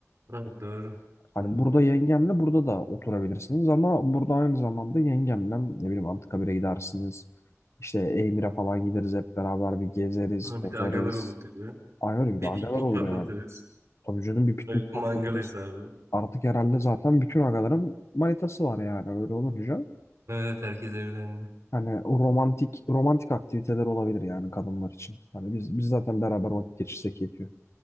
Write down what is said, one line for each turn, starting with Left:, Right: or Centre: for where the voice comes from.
Right: Ha, doğru.
Left: Hani
Right: Doğru.
Left: burada yengemle burada da oturabilirsiniz ama burada aynı zamanda yengemle ne bileyim Anıtkabir'e gidersiniz. İşte Emir'e falan gideriz hep beraber bir gezeriz,
Right: Ama
Left: tozarız.
Right: bir de agalar olur tabii.
Left: Ay öyle bir
Right: Bir
Left: de agalar
Right: piknik
Left: olur
Right: patlatırız.
Left: yani. Tabii canım bir piknik
Right: Evet,
Left: patlatırız.
Right: mangal hesabı.
Left: Artık herhalde zaten bütün agaların manitası var yani öyle olunca.
Right: Evet herkes evlendi.
Left: Hani o romantik romantik aktiviteler olabilir yani kadınlar için. Hani biz biz zaten beraber vakit geçirsek yetiyor.